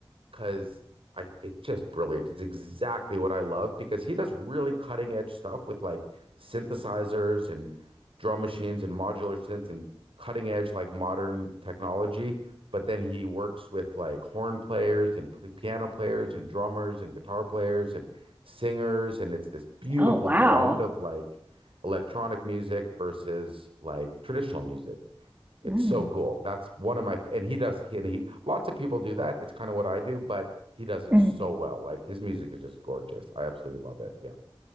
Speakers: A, on the right; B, on the right.
A: because I it's just brilliant. It's exactly what I love because he does really cutting edge stuff with like synthesizers and drum machines and modular synths and cutting edge like modern technology. But then he works with like horn players and p piano players and drummers and guitar players and singers. And it's this beautiful
B: Oh, wow.
A: blend of like electronic music versus like traditional music. It's
B: Mm,
A: so cool. That's one of my, and he does, he, and he, lots of people do that. It's kind of what I do, but he does it
B: mm.
A: so well. Like his music is just gorgeous. I absolutely love it. Yeah.